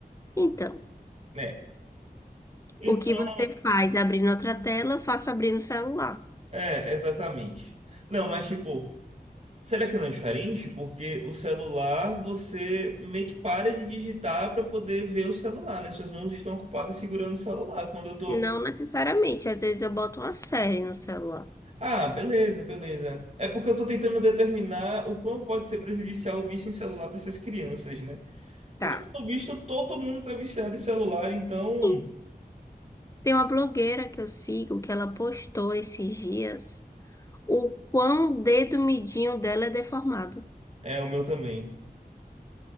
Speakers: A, on the left (about 20°); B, on the right (about 40°).
A: Então,
B: né? Então,
A: o que você faz abrindo outra tela, eu faço abrindo o celular.
B: é, exatamente. Não, mas tipo, será que não é diferente? Porque o celular, você meio que para de digitar para poder ver o celular, né? Suas mãos estão ocupadas segurando o celular. Quando eu tô
A: Não necessariamente, às vezes eu boto uma série no celular.
B: Ah, beleza, beleza. É porque eu tô tentando determinar o quão pode ser prejudicial o vício em celular para essas crianças, né?
A: Tá.
B: Mas, pelo visto, todo mundo tá viciado em celular, então
A: Sim. Tem uma blogueira que eu sigo que ela postou esses dias o quão o dedo midinho dela é deformado.
B: é o meu também.